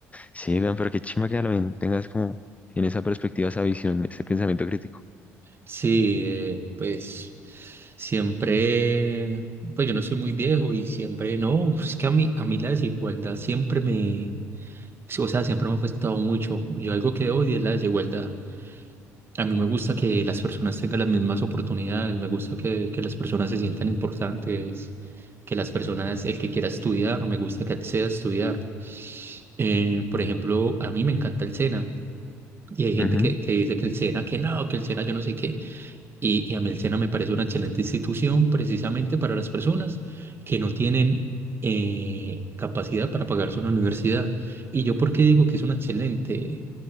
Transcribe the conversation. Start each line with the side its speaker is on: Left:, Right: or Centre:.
Left: Sí, vean, pero qué chimba que también tengas como en esa perspectiva, esa visión, ese pensamiento crítico.
Right: Sí, eh, pues siempre, pues yo no soy muy viejo y siempre, no, <laughs> es que a mí, a mí la desigualdad siempre me, sí, o sea, siempre me ha afectado mucho. Yo algo que odio es la desigualdad. A mí me gusta que las personas tengan las mismas oportunidades, me gusta que, que las personas se sientan importantes, que las personas, el que quiera estudiar, me gusta que acceda a estudiar. Eh, por ejemplo, a mí me encanta el SENA y hay gente
Left: Ujú.
Right: que, que dice que el SENA, que no, que el SENA yo no sé qué. Y, y a mí el SENA me parece una excelente institución precisamente para las personas que no tienen eh, capacidad para pagarse una universidad. ¿Y yo por qué digo que es una excelente,